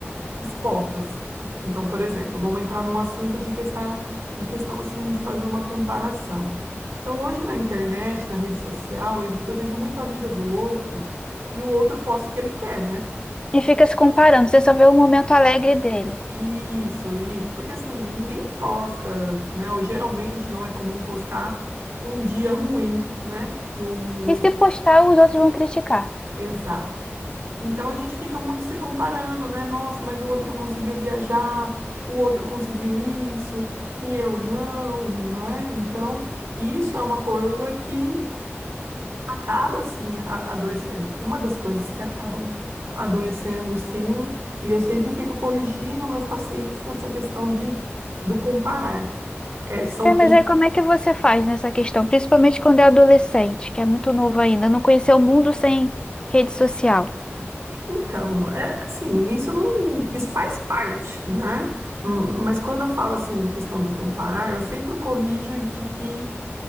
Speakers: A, on the right; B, on the left.
A: expostas. Então, por exemplo, vamos entrar num assunto de questão, de questão assim de fazer uma comparação. Então, hoje na internet, na rede social, eu, eu vejo muito a vida do outro e o outro posta o que ele quer, né?
B: E fica se comparando, você só vê o momento alegre dele.
A: Isso, isso, porque assim, ninguém posta, né? Ou geralmente não é comum postar um dia ruim, né? No, no,
B: E
A: no-
B: se postar, os outros vão criticar.
A: exato. Então a gente fica muito se comparando, né? Nossa, mas o outro conseguiu viajar, o outro conseguiu isso e eu não, né? Então isso é uma coisa que acaba assim a- adoecendo. Uma das coisas que acabam adoecendo, sim. E eu sempre fico corrigindo meus pacientes nessa questão de do comparar. É, são
B: É, mas aí como é que você faz nessa questão? Principalmente quando é adolescente, que é muito novo ainda, não conheceu o mundo sem rede social.
A: Então, é assim, isso não, isso faz parte, né? Hum, Mas quando eu falo assim do questão do comparar, eu sempre corrijo de que